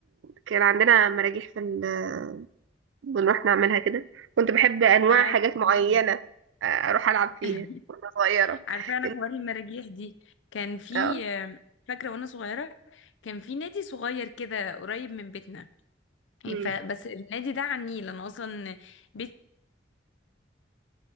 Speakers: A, on the right; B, on the left.
A: كان عندنا مراجيح في ال... بنروح نعملها كده كنت بحب انواع
B: <laughs> عارفه
A: حاجات معينه آه، اروح العب فيها
B: <laughs>
A: وانا صغيره
B: عارفه انا
A: كنت
B: حوار المراجيح دي كان في
A: اه
B: آه، فاكره وانا صغيره كان في نادي صغير كده قريب من بيتنا
A: مم.
B: فبس النادي ده على النيل انا اصلا بيتي